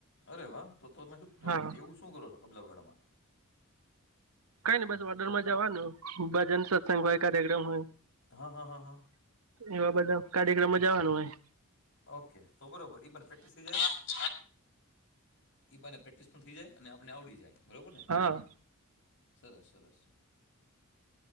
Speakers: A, on the left; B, on the right.
A: અરે વા તો તમે તો
B: હા
A: તમે એવું શું કરો છો? તબલા વગાળવામાં.
B: કઈ ની બસ ઓર્ડર માં જવાનું, ભજન સત્સંગ હોય, કાર્યક્રમ હોય.
A: હા હા હા હા
B: એવા બધા કાર્યક્રમમાં જવાનું હોય.
A: ઓકે, તો બરોબર ઈ પણ પ્રેક્ટિસ થઈ જાય. ઈ બાને પ્રેક્ટિસ પણ થઈ જાય, અને આપને આવડી જાય, બરોબર ને.
B: હ.
A: સરસ, સરસ.